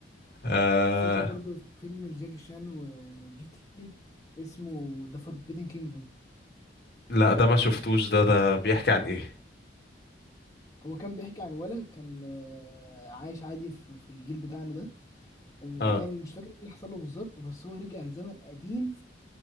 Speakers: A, on the left (about 60°); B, on the left (about 20°).
A: آه...
B: في برضه فيلم لجاكي شان وجيت لي اسمه ذا فوربيدن كينجدوم
A: لا ده ما شفتوش ده ده بيحكي عن ايه
B: هو كان بيحكي عن ولد كان آه، عايش عادي في في الجيل بتاعنا ده آه، وكان
A: اه
B: مش فاكر ايه اللي حصل له بالظبط بس هو رجع زمن قديم